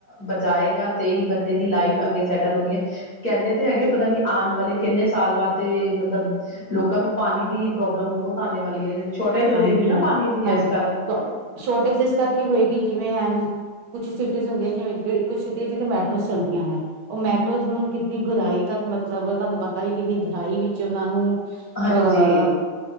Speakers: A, on the left (about 30°); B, on the right (about 80°).
A: ਬਚਾਏਗਾ ਤੇਈ ਬੰਦੇ ਦੀ ਲਾਈਫ ਅੱਗੇ ਸੈਟਲ ਹੋਣੀ ਐ ਕਹਿੰਦੇ ਤੇ ਹੈਗੇ ਪਤਾ ਨੀ ਆਉਣ ਵਾਲੇ ਕਿੰਨੇ ਸਾਲ ਬਾਅਦ ਤੇ ਮਤਲਬ ਲੋਕਾਂ ਨੂੰ ਪਾਨੀ ਦੀ ਪ੍ਰੋਬਲਮ ਬਹੁਤ ਆਣੇ ਵਾਲੀ ਏ ਸ਼ੋਰਟੇਜ
B: ਹਾਂਜੀ
A: ਜੇਗੀ ਨਾ
B: ਹਾਂਜੀ
A: ਪਾਣੀ ਦੀ
B: ਹਾਂਜੀ
A: ਐਸ ਕਾਰਨ
B: ਸ਼ੋਰਟੇਜ ਇਸ ਕਰਕੇ ਹੋਏਗੀ ਜਿਵੇਂ ਹੈਨ ਕੁਛ ਸਿਟੀਜ਼ ਹੁੰਦੀਆਂ ਜਿਵੇਂ ਜਿਹੜੀ ਕੁਛ ਜਿੱਥੇ ਮੈਟਰੋ ਚੱਲਦੀਆਂ ਵੈਂ ਓ ਮੈਟੋਜ਼ ਨੂੰ ਕਿੰਨੀ ਗੁਰਾਈ ਤੱਕ ਮਤਲਬ ਤੁਹਾਨੂੰ ਪਤਾ ਹੀ ਕਿੰਨੀ ਗੁਰਾਈ ਵਿੱਚ ਉਹਨਾਂ ਨੂੰ ਅਹ
A: ਹਾਂਜੀ